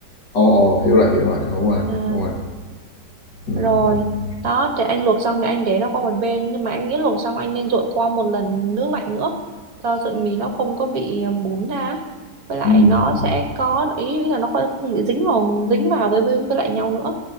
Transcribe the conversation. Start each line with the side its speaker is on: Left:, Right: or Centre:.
Left: Ồ ồ hiểu rồi hiểu rồi đúng rồi
Right: À,
Left: đúng rồi. Ừ.
Right: rồi
Left: ok.
Right: đó thì anh luộc xong thì anh để nó qua một bên nhưng mà anh nghĩ luộc xong anh nên dội qua một lần nước lạnh nữa cho sợi mì nó không có bị um, bún ra á. với lại
Left: Ừ.
Right: nó
Left: ừ.
Right: sẽ có ý ý là nó không không bị dính vào dính vào với với, với lại nhau nữa